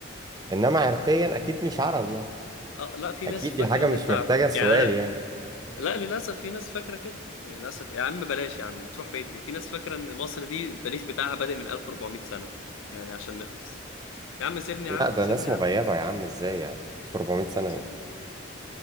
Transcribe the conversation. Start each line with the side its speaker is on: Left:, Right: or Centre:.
Right: انما عرقيا اكيد مش عرب يعني
Left: اه لا في
Right: اكيد
Left: ناس فاكرة
Right: دي حاجه
Left: ان
Right: مش
Left: انت
Right: محتاجه
Left: عارف
Right: سؤال
Left: يعني انا
Right: يعني
Left: لا للاسف في ناس فاكرة كده يعني للاسف يا عم بلاش يا عم تروح بعيد ليه في ناس فاكرة ان مصر دي التاريخ بتاعها بادئ من 1400 سنة يعني عشان نخلص يا عم سيبني يا
Right: لا
Left: عم
Right: ده
Left: سيبني
Right: ناس
Left: يا
Right: مغيبه
Left: عم
Right: يا عم ازاي يعني في 400 سنه
Left: سيبني.
Right: ايه